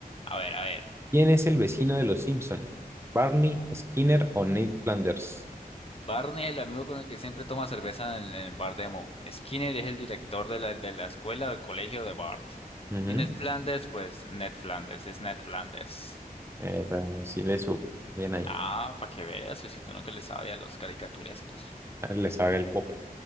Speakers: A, on the left; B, on the right.
A: A ver, a ver.
B: ¿Quién es el vecino de los Simpson? ¿Barney, Skinner o Ned Flanders?
A: Barney es el amigo con el que siempre toma cerveza en en el bar de Moe. Skinner es el director de la, de la escuela o del colegio de Bart.
B: Ujú.
A: Y Ned Flanders, pues Ned Flanders, es Ned Flanders.
B: Eh, para- sí, le su. Bien ahí.
A: Ah, para que veas, Susito, uno que le sabe a los caricaturescos.
B: Ah, Le sabe el pop.